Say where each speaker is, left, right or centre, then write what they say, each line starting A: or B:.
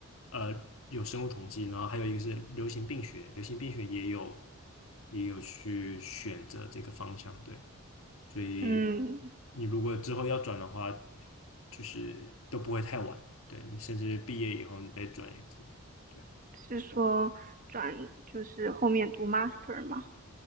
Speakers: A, on the left (about 70°); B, on the right (about 35°).
A: 呃有生物统计，然后还有一个是流行病学，流行病学也有也有去选择这个方向，对，所以
B: 嗯，
A: 你如果之后要转的话，就是都不会太晚，对你甚至毕业以后你再转一次，以，对
B: 是说转就是后面读 master 吗？